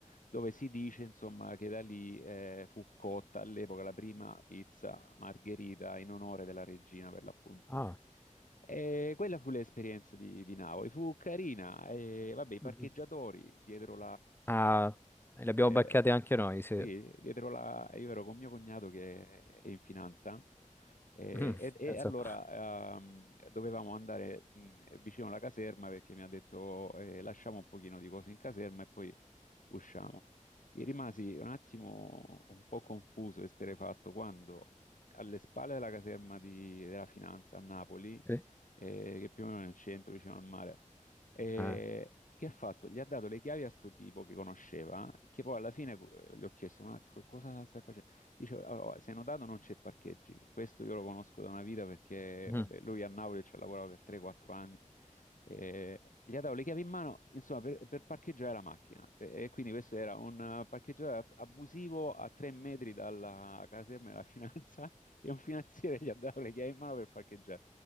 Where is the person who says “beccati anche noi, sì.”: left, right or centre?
Left